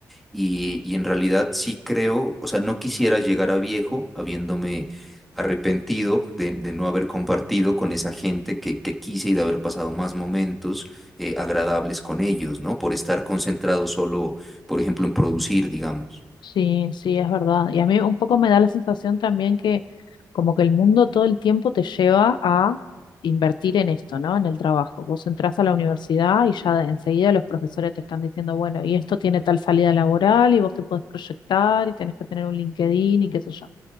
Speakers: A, in the centre; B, on the left (about 75°).
A: y, y en realidad sí creo, o sea, no quisiera llegar a viejo habiéndome arrepentido de, de no haber compartido con esa gente que, que quise y de haber pasado más momentos eh, agradables con ellos, ¿no? Por estar concentrado solo, por ejemplo, en producir, digamos.
B: Sí, sí, es verdad. Y a mí un poco me da la sensación también que como que el mundo todo el tiempo te lleva a invertir en esto, ¿no? En el trabajo. Vos entras a la universidad y ya de- enseguida los profesores te están diciendo, bueno, y esto tiene tal salida laboral y vos te podés proyectar y tenés que tener un LinkedIn y qué sé yo